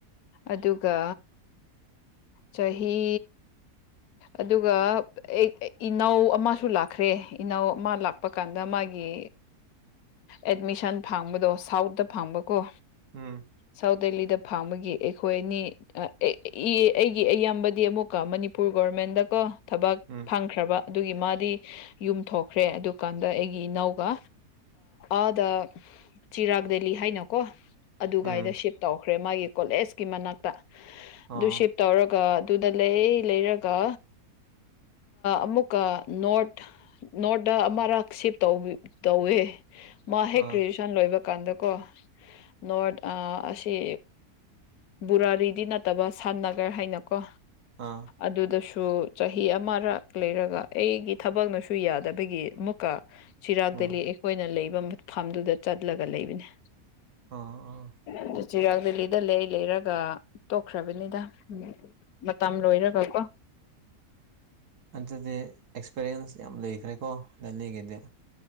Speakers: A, on the left; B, on the right.
A: ꯑꯗꯨꯒ ꯆꯍꯤ ꯑꯗꯨꯒ ꯑꯩ ꯏꯅꯥꯎ ꯑꯃꯁꯨ ꯂꯥꯛꯈ꯭ꯔꯦ ꯏꯅꯥꯎ ꯑꯃ ꯂꯥꯛꯄ ꯀꯥꯟꯗ ꯃꯥꯒꯤ ꯑꯦꯠꯃꯤꯁꯟ ꯐꯪꯕꯗꯣ ꯁꯥꯎꯠꯇꯠꯇ ꯐꯪꯕꯀꯣ
B: ꯎꯝ
A: ꯁꯥꯎꯠ ꯗꯦꯜꯂꯤ ꯗ ꯐꯥꯡꯕꯒꯤ ꯑꯩꯈꯣꯏ ꯑꯅꯤ ꯑꯩꯒꯤ ꯑꯌꯥꯝꯕꯗꯤ ꯑꯃꯨꯛꯀꯣ ꯃꯅꯤꯄꯨꯔ ꯒꯣꯔꯔꯃꯦꯟꯗꯀꯣ ꯊꯕꯛ
B: ꯎꯝ
A: ꯐꯪꯈ꯭ꯔꯕ ꯑꯗꯨꯒꯤ ꯃꯥꯗꯤ ꯌꯨꯝ ꯊꯣꯛꯈ꯭ꯔꯦ ꯑꯗꯨꯀꯥꯟꯗ ꯑꯩꯒꯤ ꯏꯅꯥꯎꯒ ꯑꯥꯗ ꯆꯤꯔꯥꯛ ꯗꯦꯂꯤ ꯍꯥꯏꯅꯀꯣ ꯑꯗꯨꯒꯥꯏꯗ
B: ꯎꯝ
A: ꯁꯤꯞ ꯇꯧꯈ꯭ꯔꯦ ꯃꯥꯒꯤ ꯀꯣꯂꯦꯖꯀꯤ ꯃꯅꯥꯛꯇ
B: ꯑꯣ
A: ꯑꯗꯨꯁꯤꯞ ꯇꯧꯔꯒ ꯀ ꯑꯗꯨꯗ ꯂꯩ ꯂꯩꯔꯒ ꯑꯃꯨꯛꯀ ꯅꯣꯠ ꯅꯣꯠꯇ ꯑꯃꯔꯛ ꯁꯤꯞ ꯇꯧꯕ ꯇꯧꯋꯦ ꯃꯥ ꯍꯦꯛ
B: ꯑꯥ
A: ꯒ꯭ꯔꯦꯖꯨꯋꯦꯁꯟ ꯂꯣꯏꯕ ꯀꯥꯟꯗꯀꯣ ꯅꯣꯔꯠ ꯑꯁꯤ ꯔꯥꯔꯤꯗꯤ ꯅꯠꯇꯕ ꯁꯝ ꯒꯔ ꯍꯥꯏꯅꯀꯣ
B: ꯑꯥ
A: ꯑꯗꯨꯗꯁꯨ ꯁꯨ ꯆꯍꯤ ꯑꯃꯔꯛ ꯂꯩꯔꯒ ꯑꯩꯒꯤ ꯊꯕꯛꯅꯁꯨ ꯌꯥꯗꯕꯒꯤ ꯑꯃꯨꯛꯀ ꯆꯤꯔꯥꯛ
B: ꯎꯝ
A: ꯗꯦꯂꯤ ꯑꯩꯈꯣꯏꯅ ꯂꯩꯕ ꯃꯐꯝꯗꯨꯗ ꯆꯠꯂꯒ ꯂꯩꯕꯅꯦ
B: ꯑꯥ ꯑꯥ
A: ꯑꯗꯨ ꯆꯤꯔꯥꯛ ꯗꯦꯂꯤꯗ ꯂꯩ ꯂꯩꯔꯒ ꯇꯣꯛꯈ꯭ꯔꯕꯅꯤꯗ ꯎꯝ ꯃꯇꯝ ꯂꯣꯏꯔꯒꯀꯣ
B: ꯑꯗꯨꯗꯤ ꯑꯦꯛꯁꯄꯤꯔꯤꯌꯦꯟꯁ ꯌꯥꯝ ꯂꯩꯈ꯭ꯔꯦꯀꯣ ꯗꯅꯦꯒꯤꯗꯤ